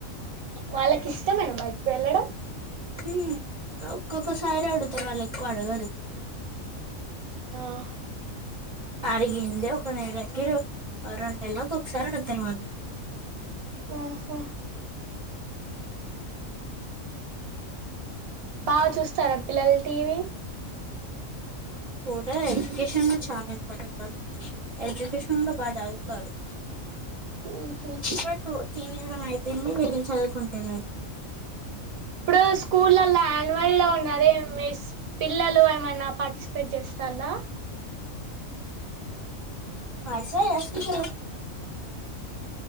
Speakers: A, on the right (about 80°); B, on the right (about 35°).
A: వాళ్ళకి ఇష్టమేనా బయట్కి వెళ్ళడం
B: మ్మ్ ఒక్కొక్కసారి అడుగుతారు వాళ్ళ ఎక్కువ అడగరు
A: ఉ హ
B: అడిగిందే ఒక నెలకి రెండు నెల్లకి ఒకసారి అడగుతారు వాళ్ళు
A: ఆహా బాగా చూస్తారా పిల్లల టీవీ
B: పోతే ఎడ్యుకేషన్ చాలా ఇంపార్టెంట్ వాళ్ళు ఎడ్యుకేషన్ బాగా చదువుతారు
A: ఉహు
B: పెటూ టీవి చూడ్డం అయిపోయింది వెళ్ళి చదువుకుంటన్నాడు
A: ఇప్పుడు స్కూల్లో యాన్యువల్ లో ఉన్నారే మీ పిల్లలు ఏమన్నా పార్టిసిపేట్ చేస్తలా
B: వర్షాలు వస్తున్నాయి గా